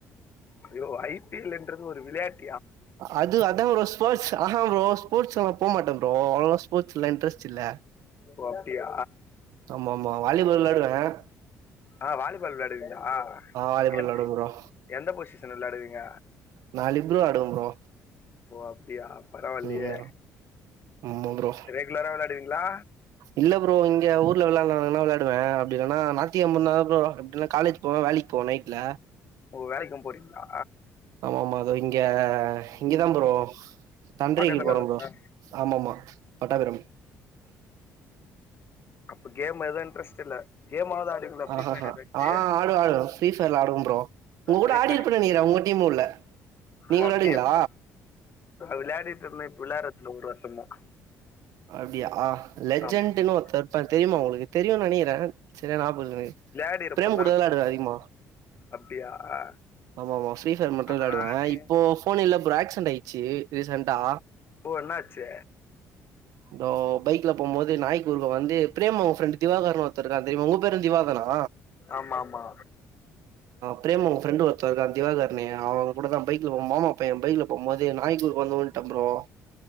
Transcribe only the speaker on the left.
ஐயோ ஐ பி எல்ன்றது ஒரு விளையாட்
ஓ அப்டியா
அ வாலிபால் விளாடுவீங்ளா
எந்த
எந்த பொசிஷன் விளாடுவீங்க
ஓ அப்டியா பரவால்லியே
ரெகுலரா விளாடுவிங்ளா
ஓ வேலைக்கும் போறிங்ளா
பக்கத்துல
தானா
அப்ப கேம் எதுவும் இன்ட்ரெஸ்ட் இல்ல கேமாவது ஆடுவீங்களா ஃப்ரீ
ஃபயர் ஏதாச்சு
ஃப்ரீ
ஃபயர்
ஓ
அப்டியா விளையாடிட்ருந்த இப்ப விளையாட்றதுல ஒரு வருஷமா
ஆமா ஆமா
விளையாடி இருப்பேன்
தான்
அப்டியா
நானு
ஓ என்னாச்சு
ஆமா ஆமா